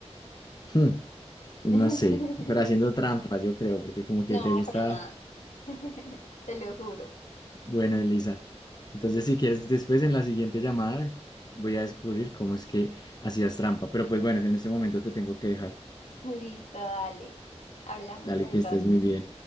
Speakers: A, on the left; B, on the left.
A: Hmm,
B: <laughs>
A: No sé, pero haciendo trampas, yo creo, porque como que
B: No,
A: te gusta
B: para nada, <laughs> te lo juro.
A: Bueno, Elisa, entonces si quieres, después en la siguiente llamada voy a descubrir cómo es que hacías trampa. Pero pues bueno, en este momento te tengo que dejar.
B: Listo, dale. Hablamos
A: Dale,
B: al
A: que
B: rato.
A: estés muy bien.